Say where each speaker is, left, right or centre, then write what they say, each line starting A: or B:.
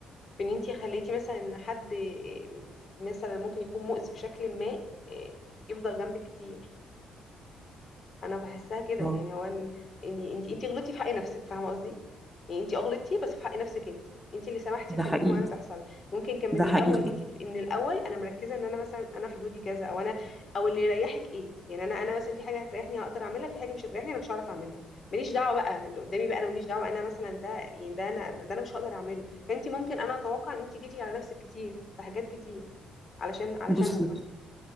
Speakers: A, on the left (about 45°); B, in the centre.
A: في ان انتي خليتي مثلا ان حد آه، مثلا ممكن يكون مؤذي بشكل ما آه، يفضل جنبك كتير انا بحسها كده
B: اه
A: يعني هو ان انت انت غلطتي في حق نفسك فاهمه قصدي يعني انت غلطتي بس في حق نفسك انت انت اللي سمحتي
B: ده
A: لحاجات
B: حقيقي
A: معينه تحصل ممكن كان من
B: ده
A: الاول
B: حقيقي
A: انت تبقي من الاول انا مركزه ان انا مثلا انا حدودي كذا او انا او اللي يريحك ايه يعني انا انا مثلا في حاجه هتريحني هقدر اعملها في حاجه مش هتريحني انا مش هعرف اعملها ماليش دعوه بقى اللي قدامي بقى انا ماليش دعوه انا مثلا ده يعني ده انا ده انا مش هقدر اعمله فانت ممكن انا اتوقع ان انت جيتي على نفسك كتير في حاجات كتير علشان علشانهم
B: بصي
A: مثلا